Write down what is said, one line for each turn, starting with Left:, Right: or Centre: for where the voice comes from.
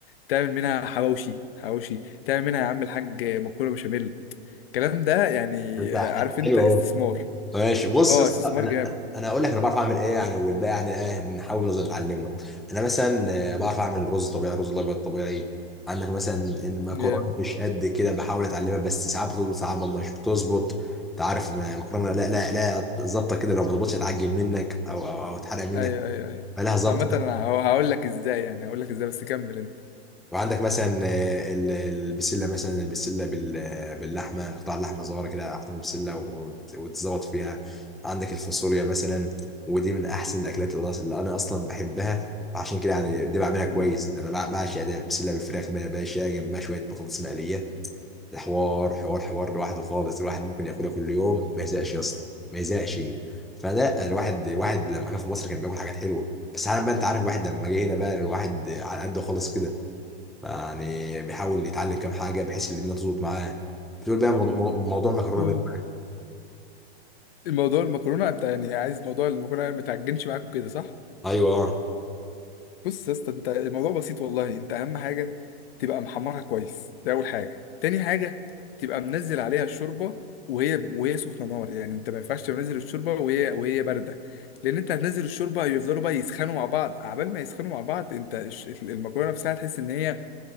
Left: تعمل منها حواوشي حواوشي تعمل منها يا عم الحاج مكرونة بشاميل الكلام ده يعني
Centre: انت
Left: آه، عارف انت
Centre: حلو
Left: استثمار
Centre: اهو ماشي بص
Left: اه
Centre: يا اسطى
Left: استثمار
Centre: انا انا انا هقول لك انا بعرف اعمل ايه يعني والباقي يعني ايه نحاول نظل نتعلمه انا مثلا آه، بعرف اعمل رز طبيعي رز الابيض طبيعي عندك مثلا المكرونه
Left: جامد
Centre: مش قد كده بحاول اتعلمها بس ساعات بتظبط ساعات ما- مش بتظبط انت عارف ما- المكرونه لا لا لا ظابطه كده لو ما ظبطتش هتعجب منك او او او تحرق منك
Left: ايوه ايوه ايوه
Centre: فلها ظبطه
Left: عامة انا هو- هقول لك ازاي يعني هقول لك ازاي بس كمل انت
Centre: وعندك مثلا آه، ال- البسله مثلا البسله بال- آه، باللحمه قطع اللحمه صغيره كده احطها في بسله وتزوط فيها عندك الفاصوليا مثلا ودي من احسن الاكلات اللي أص- اللي انا اصلا بحبها فعشان كده يعني دي بعملها كويس
Left: مم.
Centre: انا بع- بعشق ده بسله بالفراخ بقى يا باشا جنبها شويه بطاطس مقليه الحوار حوار حوار لوحده خالص الواحد ممكن ياكلها كل يوم ما يزهقش يا اسطى ما يزهقش فلا الواحد الواحد لما كان في مصر كان بياكل حاجات حلوه بس عارف بقى انت عارف واحد لما جه هنا بقى الواحد على قده خالص كده يعني بيحاول يتعلم كام حاجه بحيث ان الدنيا تظبط معاه بتقول بقى موضوع, موضوع مكرونه
Left: قول.
Centre: بقى.
Left: الموضوع المكرونة انت يعني عايز موضوع المكرونة ما تعجنش معاك كده صح؟
Centre: ايوه آه.
Left: بص يا اسطى انت الموضوع بسيط والله انت اهم حاجة تبقى محمرها كويس دي اول حاجة تاني حاجة تبقى منزل عليها الشوربة وهي وهي سخنة نار يعني انت ما ينفعش تنزل الشوربة وهي وهي باردة لان انت هتنزل الشوربة يفضلوا بقى يسخنوا مع بعض عبال ما يسخنوا مع بعض انت الش- المكرونة نفسها تحس ان هي